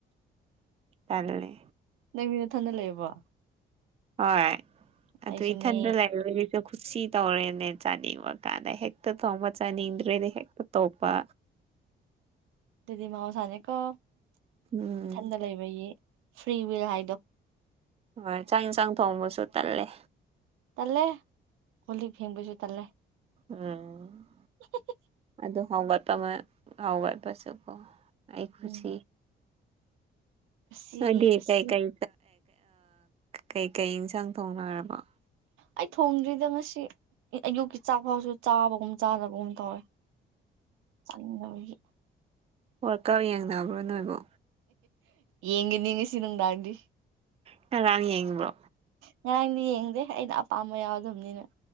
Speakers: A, on the right; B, on the right.
A: ꯇꯜꯂꯦ
B: ꯅꯪ ꯃꯤ ꯅ ꯊꯅ ꯂꯩꯌꯦꯕꯣ
A: ꯍꯣꯏ ꯑꯗꯨ
B: ꯑꯩꯁꯨꯅꯦ
A: ꯏꯊꯗ ꯂꯥꯏꯁꯨ ꯈꯨꯠꯁꯤ ꯇꯧꯔꯦꯅꯦ ꯆꯥꯅꯤꯡꯕ ꯀꯥꯟꯗ ꯍꯦꯛꯇ ꯊꯣꯡꯕ ꯆꯥꯅꯤꯡꯗ꯭ꯔꯦꯅꯦ ꯍꯦꯛꯇ ꯇꯣꯄ
B: ꯑꯗꯨꯗꯤ ꯃꯍꯧꯁꯥꯅꯦꯀꯣ
A: ꯎꯝ
B: ꯏꯊꯟꯗ ꯂꯩꯕꯒꯤ ꯐ꯭ꯔꯤ ꯋꯤꯜ ꯍꯥꯏꯗꯣ
A: ꯍꯣꯏ ꯆꯥꯛ ꯏꯟꯁꯥꯡ ꯊꯣꯡꯕꯁꯨ ꯇꯠꯂꯦ
B: ꯇꯜꯂꯦ ꯀꯣꯜ ꯂꯤꯛ ꯐꯦꯡꯕꯁꯨ ꯇꯜꯂꯦ
A: ꯎꯨꯝ
B: ꯍꯤ ꯍꯤ ꯍꯤ
A: ꯑꯗꯨ ꯍꯥꯎꯒꯠꯄ ꯑꯃ ꯍꯥꯎꯒꯠꯄꯁꯨꯀꯣ ꯑꯩ ꯈꯨꯁꯤ
B: ꯎꯝ ꯀꯨꯁꯤ
A: ꯑꯗꯨꯗꯤ
B: ꯀꯨꯁꯤ
A: ꯀꯩꯀꯩ ꯀꯩꯀꯩ ꯏꯟꯁꯥꯡ ꯊꯣꯡꯅꯔꯕꯥ
B: ꯑꯩ ꯊꯣꯡꯗ꯭ꯔꯤꯗ ꯉꯁꯤ ꯑꯌꯨꯛꯀꯤ ꯆꯥꯛ ꯐꯥꯎꯁꯨ ꯆꯥꯕꯒꯨꯝ ꯆꯥꯗꯕꯒꯨꯝ ꯇꯧꯋꯦ ꯆꯥꯅꯤꯡꯗꯕꯒꯤ
A: ꯋꯥꯠꯀꯞ ꯌꯦꯡꯅꯕ꯭ꯔꯣ ꯅꯣꯏꯕꯣ
B: ꯌꯦꯡꯒꯅꯤ ꯉꯁꯤ ꯅꯨꯡꯗꯥꯡꯗꯤ
A: ꯉꯥꯔꯥꯡ ꯌꯦꯡꯕ꯭ꯔꯣ
B: ꯉꯔꯥꯡꯗꯤ ꯌꯦꯡꯗꯦ ꯑꯩꯅ ꯑꯄꯥꯝꯕ ꯌꯥꯎꯗꯕꯅꯤꯅ